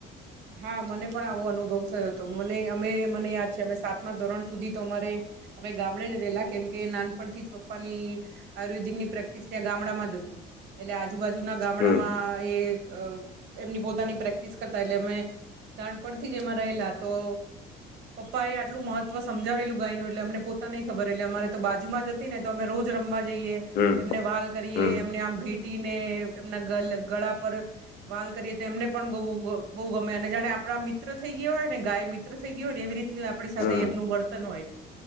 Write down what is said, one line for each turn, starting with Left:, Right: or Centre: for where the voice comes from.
Right: હા, મને પણ આવો અનુભવ થયો હતો. મને અમે મને યાદ છે અ સાતમા ધોરણ સુધી તો અમારે અમે ગામડે જ રહેલા કેમ નાનપણ થી જ પપ્પાની આયુર્વેદિક ની પ્રેક્ટિસ ત્યાં ગામડામાં જ હતી. એટલે આજુબાજુના ગામડામાં
Left: હમ
Right: એ અ એમની પોતાની પ્રેક્ટિસ કરતા એટલે અમે નાનપણથી જ એમાં રહેલા તો પપ્પા એ આટલું મહત્વ સમજાવેલું ગાયનું એટલે અમને પોતાનેય ખબર એટલે અમારે તો બાજુમાં જ તો અમે રોજ રમવા જઈએ
Left: હમ
Right: એમને વાલ કરીએ
Left: હમ
Right: એમને આમ ભે ટી ને એમના ગળા પર વાલ કરીએ તો એમને પણ બઉ- બઉ ગમ મે અને જાણે આપણા મિત્ર થઈ ગયા હોય ને ગાય મિત્ર થઈ ગયો હોય ને એવી રીતની આપણી સાથે
Left: હમ
Right: એમનું વર્તન હોય.